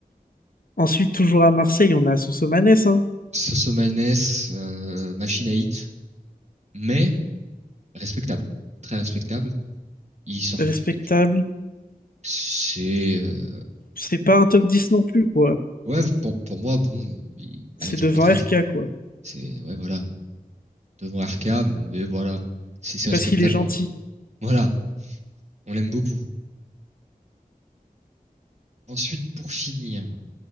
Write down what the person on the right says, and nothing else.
Sosomanes, euh, machine à hit, mais respectable, très respectable il sort
que je, C'est euh,
ouais pour, pour moi bon, euh, il- allez
je
le mettrais.
C'est ouais voilà devant Arkham, mais voilà c'est c'est respectable.
euh. Voilà, on l'aime beaucoup. Ensuite pour finir,